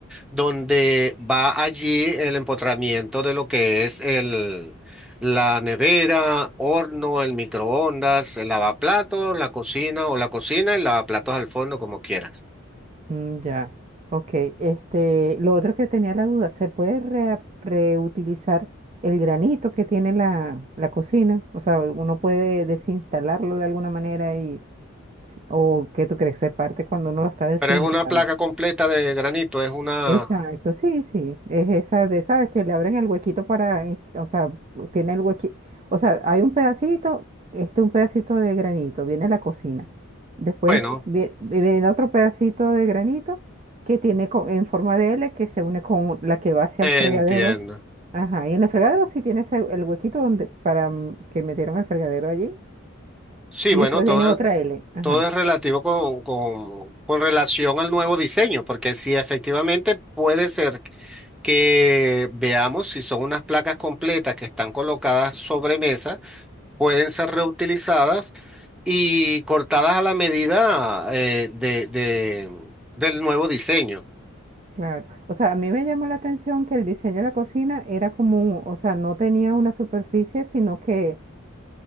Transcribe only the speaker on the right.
Mm, ya. Ok. Este, lo otro que tenía la duda, ¿se puede re- reutilizar el granito que tiene la, la cocina? O sea, uno puede desinstalarlo de alguna manera y o que tú crees que se parte cuando uno lo está desinstalando.
Exacto, sí, sí, es esa de, sabes que le abren el huequito para, ins- o sea, tiene el huequito, o sea, hay un pedacito, este un pedacito de granito, viene la cocina, después
vie- viene otro pedacito de granito que tiene co- en forma de L que se une con la que va hacia
el fregadero, ajá, y en el fregadero sí tiene ese- el huequito donde, para mm, que metieron el fregadero allí,
y
después
viene otra L, ajá.
Claro, o sea, a mí me llamó la atención que el diseño de la cocina era como, un- o sea, no tenía una superficie, sino que,